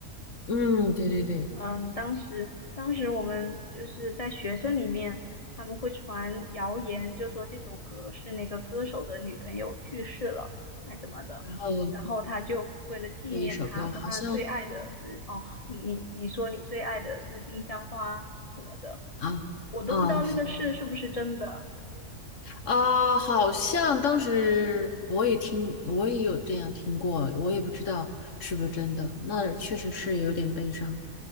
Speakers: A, on the left; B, on the left.
A: 嗯，对对对。
B: 嗯，当时当时我们就是在学生里面，他们会传谣言，就说这首歌是那个歌手的女朋友去世了，还怎么的。
A: 然后
B: 然后他就为了纪念她，
A: 这一首歌好像
B: 说他最爱的是哦，你你你说你最爱的是丁香花什么的，
A: 啊啊是
B: 我都不知道这个事是不是真的。
A: 啊，好像当时我也听，我也有这样听过，我也不知道是不是真的。那确实是有点悲伤。